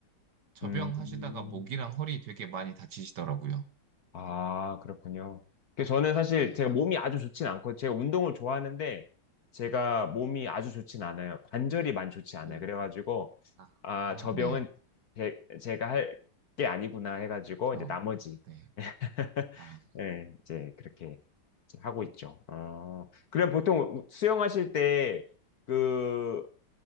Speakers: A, on the right; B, on the left.
A: 저병
B: 음.
A: 하시다가 목이랑 허리 되게 많이 다치시더라고요.
B: 아, 그렇군요. 그 저는 사실
A: 네.
B: 제가 몸이 아주 좋진 않고 제가 운동을 좋아하는데 제가 몸이 아주 좋진 않아요. 관절이 많이 좋지 않아요.
A: 네.
B: 그래가지고
A: 아,
B: 아, 저 병은
A: 네.
B: 제, 제가 할 게 아니구나 해가지고
A: 그렇죠.
B: 이제 나머지
A: 네.
B: <laughs>
A: 아,
B: 예, 이제 그렇게 이제 하고 있죠. 어, 그럼 보통 수영하실 때 그